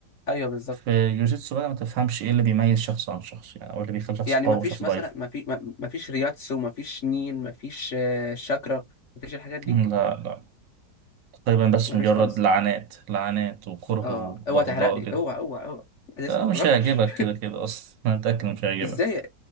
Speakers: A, on the left; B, on the right.
A: ايوه بالظبط
B: في جوجيتسو بقى ما تفهمش ايه اللي بيميز شخص عن شخص يعني او اللي بيخلي شخص
A: يعني
B: قوي
A: ما فيش
B: وشخص
A: مثلا
B: ضعيف
A: ما في ما ما فيش رياتسو ما فيش نين ما فيش آه، شاكرا ما فيش الحاجات دي
B: لا لا تقريبا بس
A: ما
B: مجرد
A: فيش خالص
B: لعنات لعنات وكره
A: اه
B: وبغضاء
A: اوعى تحرق لي
B: كده
A: اوعى اوعى اوعى انا لسه
B: آه،
A: ما
B: مش
A: اتفرجتش
B: هيعجبك كده كده اصلا انا متأكد إنه مش هيعجبك
A: ازاي